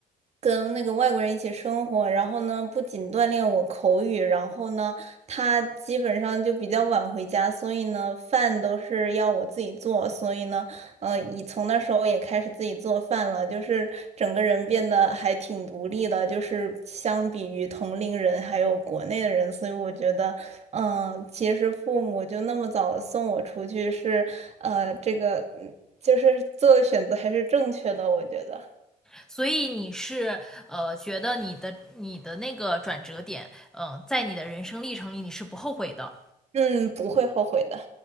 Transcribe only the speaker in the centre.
所以你是呃觉得你的你的那个转折点，呃，在你的人生历程里你是不后悔的，